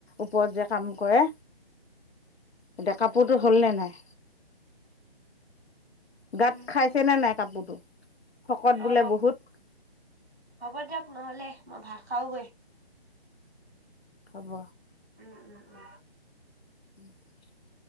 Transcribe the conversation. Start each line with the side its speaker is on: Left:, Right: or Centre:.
Left: ওপৰত যে কাম কাম কৰে
Centre: <unintelligible>
Left: এতিয়া
Centre: জানো
Left: কাপোৰতো হ'লনে নাই?
Centre: কামটো
Left: গাত খাইছেনে নাই কাপোৰটো, শকত বোলে
Centre: অ
Left: বহুত।
Centre: হ'ব দিয়ক নহ'লে মই ভাত খাওগৈ।
Left: হ'ব।
Centre: উম উম উম।
Left: <inaudible>